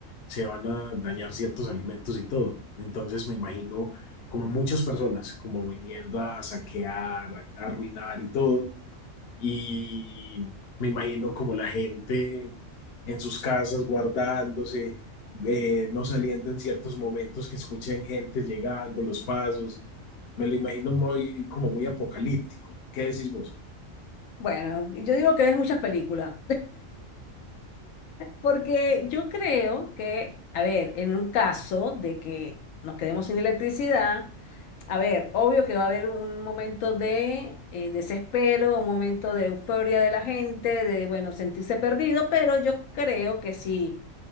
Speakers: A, on the left; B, on the left.
A: se van a dañar ciertos alimentos y todo. Entonces me imagino como muchas personas, como viniendo a saquear, a, a arruinar y todo. Y me imagino como la gente en sus casas guardándose, eh, no saliendo en ciertos momentos que escuchen gente llegando, los pasos. Me lo imagino muy, como muy apocalíptico. ¿Qué decís vos?
B: Bueno, yo digo que ves muchas películas. Porque yo creo que, a ver, en un caso de que nos quedemos sin electricidad, a ver, obvio que va a haber un momento de eh, desespero, un momento de euforia de la gente, de, bueno, sentirse perdido, pero yo creo que sí